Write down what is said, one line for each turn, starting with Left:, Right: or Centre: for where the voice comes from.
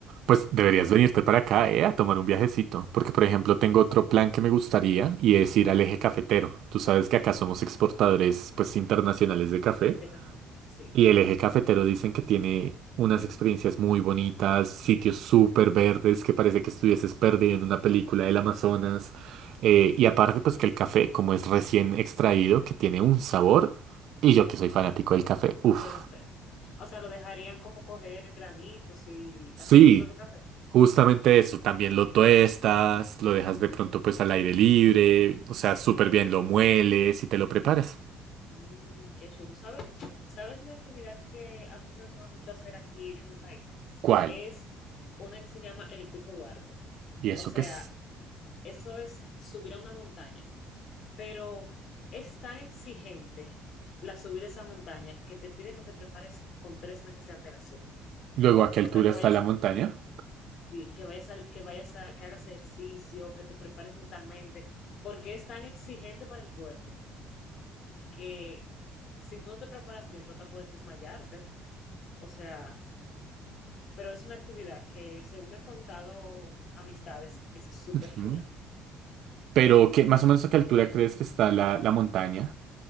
Right: Pues deberías
Left: No,
Right: venirte para acá, eh, a tomar un viajecito, porque por ejemplo tengo otro plan que me gustaría y es ir al
Left: Vale.
Right: eje cafetero. Tú sabes que acá somos exportadores pues internacionales de café.
Left: de café, sí,
Right: Y el eje cafetero dicen que tiene unas experiencias muy bonitas, sitios súper verdes que parece que estuvieses perdido en una película del Amazonas. Eh, y aparte, pues que el café, como es recién extraído, que tiene un sabor. Y yo que soy fanático del café, uff.
Left: de café. O sea, lo dejarían como coger granitos y
Right: Sí,
Left: hacer su propio café.
Right: justamente eso. También lo tuestas, lo dejas de pronto pues al aire libre. O sea, súper bien lo mueles y te lo preparas.
Left: Mm, qué chulo. ¿Sabes? ¿Sabes una actividad que a mí se me antoja mucho hacer aquí en mi país?
Right: ¿Cuál?
Left: Es una que se llama el Pico Duarte.
Right: ¿Y
Left: O
Right: eso
Left: sea,
Right: qué es?
Left: eso es subir a una montaña. pero es tan exigente la subida de esa montaña que te piden que te prepares con tres meses de antelación.
Right: Luego, ¿a qué
Left: O
Right: altura
Left: sea, que
Right: está
Left: vayas,
Right: la montaña?
Left: sí, que vayas, a, que vayas a, que hagas ejercicio, que te prepares mentalmente, porque es tan exigente para el cuerpo que si tú no te preparas bien, tú hasta puedes desmayarte. O sea, pero es una actividad que, según me han contado amistades, es súper
Right: Ujú.
Left: chula.
Right: Pero, ¿qué, más o menos a qué altura crees que está la, la montaña?